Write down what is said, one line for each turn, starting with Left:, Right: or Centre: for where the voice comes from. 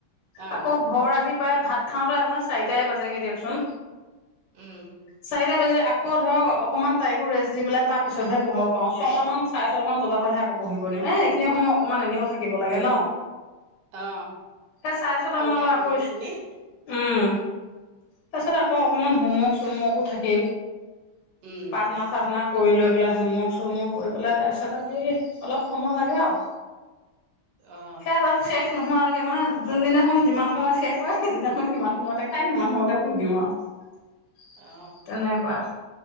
Right: অ
Left: আকৌ ঘৰ আহি প্ৰায়, ভাত খাওঁতে আপোনাৰ চাৰিটাই বাজেগে দিয়কচোন।
Right: উম
Left: চাৰিটা বাজিলে আক কৌ ধৰক অকনমান তাইকো ৰেষ্ট দি পেলাই তাত পিছতহে পঢ়াব পাৰো ছটামান চাৰে ছটামান বজাৰ পৰাহে আকৌ পঢ়িব দিওঁ। এ এইখিনি সময় অকণমান এনেও থাকিব লাগে ন।
Right: অ
Left: সেই চাৰে ছটামানৰ
Right: সন্ধিয়া
Left: পৰা আকৌ
Right: সময়খিনি
Left: ছ উম তাৰপাছত আকৌ অকমান হোমৱৰ্ক চোমৱৰ্কো থাকে।
Right: উম
Left: প্ৰাৰ্থনা চাৰ্থনা কৰিলক এই বিলাক হোমৱৰ্ক চোমৱৰ্ক কৰি পেলাই তাৰপিছত আ সেই অলপ সময় লাগে আৰু
Right: অ
Left: সেইয়া শেষ নোহোৱালৈকে মানে যোনদিনাখন যিমান সময়ত শেষ হয় সেইদিনাখন সিমান সময়তে খায় সিমান সময়তে সু দিও আৰু
Right: অ
Left: তেনেকুৱা